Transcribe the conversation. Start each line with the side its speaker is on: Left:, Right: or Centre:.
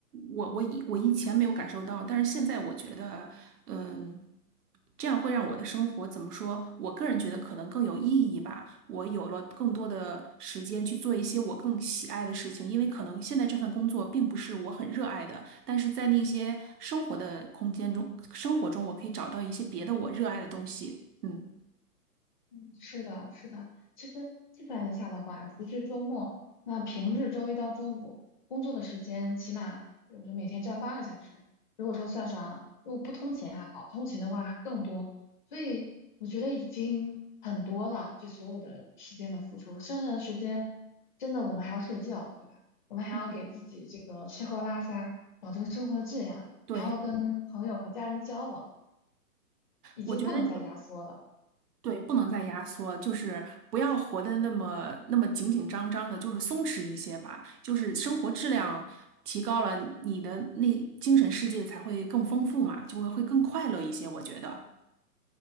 Right: 我我以我以前没有感受到，但是现在我觉得，嗯、这样会让我的生活怎么说？我个人觉得可能更有意义吧。我有了更多的时间去做一些我更喜爱的事情，因为可能现在这份工作并不是我很热爱的，但是在那些生活的空间中，生活中我可以找到一些别的我热爱的东西。嗯，
Left: 嗯，是的，是的。其实计算一下的话，除去周末，那平日周一到周五工作的时间，起码有候每天占八个小时。如果说算上，如果不通勤还好，通勤的话更多。所以我觉得已经很多了，这所有的时间的付出。剩下的时间，真的我们还要睡觉，对吧？我们还要给自己这个吃喝拉撒，
Right: 嗯，
Left: 保证生活质量，
Right: 对，
Left: 还要跟朋友和家人交往，已经不能再压缩了。
Right: 我觉得。对，不能再压缩，就是不要活得那么那么紧紧张张的，就是松弛一些吧。就是生活质量提高了，你的那精神世界才会更丰富嘛，就会会更快乐一些。我觉得，